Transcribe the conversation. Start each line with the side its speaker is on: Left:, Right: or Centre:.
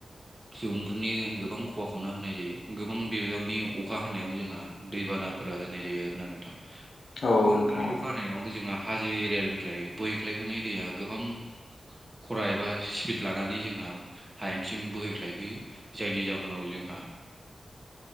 Right: सुबुंफोरनि गोबां खहा खालामना होनाय जायो गोबां बिबांनि अखा हायाव जोंहा दैबानाफोरा होननाय जायो आरो ना नोंथां गोबां
Left: औ नोंथां
Right: बिबांनि
Left: औ
Right: अखा हानायावबो जोंहा हाजो एरियानिफ्राय बोहैख्लायबोनाय दैया गोबां खरा एबा स्पिड लानानै जोंहा हायेनसिम बोहैख्लायबोयो जायनि जाहोनाव जोंहा